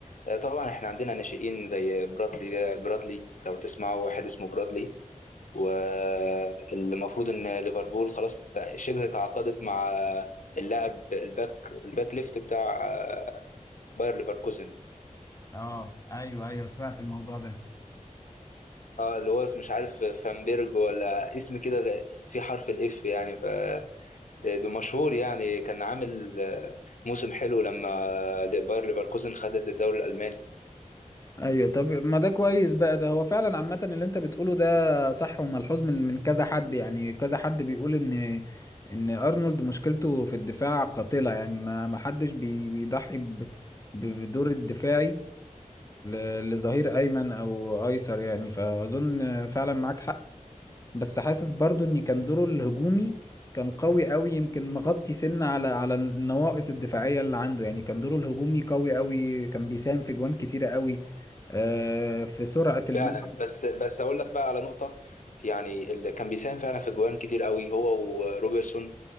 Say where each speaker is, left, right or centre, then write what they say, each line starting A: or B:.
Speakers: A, on the left; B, on the left.
A: آه، طبعا احنا عندنا ناشئين زي برادلي ده- برادلي لو تسمعوا واحد اسمه برادلي والمفروض ان ليفربول خلاص تع- شبه تعاقدت مع اللاعب الباك الباك ليفت بتاع آه، باير ليفركوزن
B: اه ايوه ايوه سمعت الموضوع ده
A: اه اللي هو اسمه مش عارف فانبيرج ولا اسم كده غ- في حرف الاف يعني ف ده مشهور يعني كان عامل آه، موسم حلو لما آه، باير ليفركوزن خدت الدوري الالماني
B: ايوه طب ما ده كويس بقى ده هو فعلا عامة اللي انت بتقوله ده صح وملحوظ من من كذا حد يعني كذا حد بيقول ان ان ارنولد مشكلته في الدفاع قاتلة يعني ما ما حدش بي... بيضحي ب... ب- بالدور الدفاعي ل- لظهير ايمن او ايسر يعني فاظن فعلا معاك حق بس حاسس برضو ان كان دوره الهجومي كان قوي قوي يمكن مغطي سنة على على النواقص الدفاعية اللي عنده يعني كان دوره الهجومي قوي قوي كان بيساهم في جوان كتيرة قوي آه، في سرعة الملعب
A: فعلا بس بس اقول لك بقى على نقطه يعني اللي كان بيساهم فعلا في جوان كتير قوي هو وروبرتسون